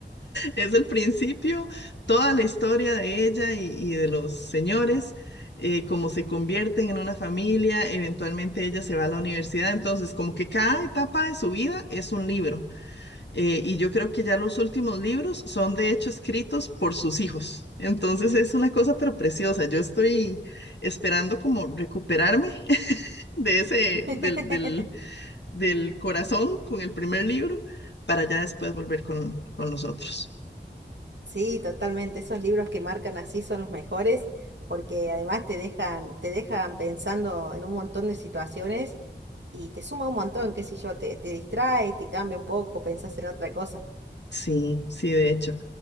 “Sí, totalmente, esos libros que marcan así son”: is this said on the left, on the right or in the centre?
Right